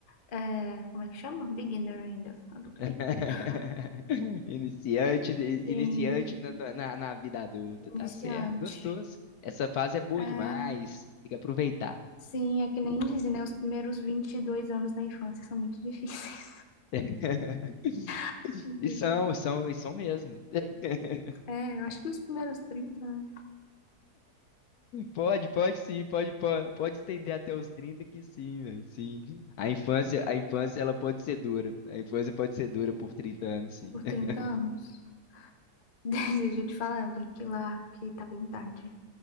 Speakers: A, on the left; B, on the left.
A: É, como é que chama? Beginner ainda. Adulto
B: <laughs>
A: beginner. <laughs>
B: Iniciante, de-
A: Sim,
B: iniciante na, na, na- na vida adulta. Tá
A: iniciante.
B: certo, gostoso. Essa fase é boa
A: É,
B: demais. Tem que aproveitar.
A: sim, é que nem dizem, né? Os primeiros 22 anos da infância são muito difíceis.
B: <laughs>
A: <laughs>
B: E
A: Deixa-
B: são, e são, e são mesmo. <laughs>
A: É, eu acho que os primeiros 30, né?
B: Pode, pode sim, pode, pode, pode estender até os 30 que sim, velho, sim. A infância, a infância ela pode ser dura. A infância pode ser dura por trinta anos, sim.
A: Por
B: <laughs>
A: 30 anos. <laughs> Desejo te falar, eu tenho que ir lá, que tá bem tarde.